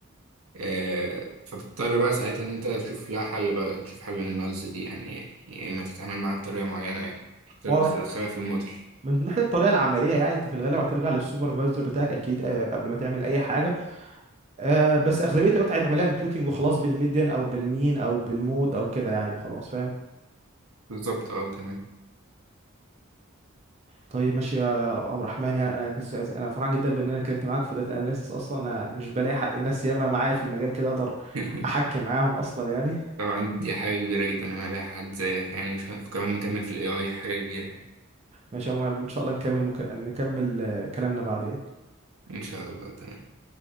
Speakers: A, on the right; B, on the right.
A: آه، فبتضطر بقى ساعتها ان انت تشوف لها حل بقى تشوف حل للنقص دي يعني يا اما تتعامل معاها بطريقه معينه يعني مش تقدر
B: هو
A: تدخلها في الموديل
B: من ناحية الطريقة العملية يعني انت في الغالب هترجع للسوبرفايزر بتاعك اكيد آه، قبل ما تعمل اي حاجة آه، بس اغلبية الوقت هتعملها امبيوتنج وخلاص بالميديان او بالمين او بالمود او كده يعني وخلاص فاهم
A: بالظبط اه تمام
B: طيب ماشي يا عبد الرحمن يعني انا كس... انا فرحان جدا بان انا اتكلمت معاك في داتا اناليسيس اصلا انا مش بلاقي حد ناس ياما معايا في المجال كده اقدر
A: <laughs>
B: احكي معاهم اصلا يعني
A: طبعا دي حاجه كبيره جدا ان انا الاقي حد زيك يعني مش ه- كمان نكمل في الاي اي حاجه كبيره يعني
B: ماشي يا مهم ان شاء الله نكمل مك... نكمل آه، كلامنا بعدين
A: ان شاء الله تمام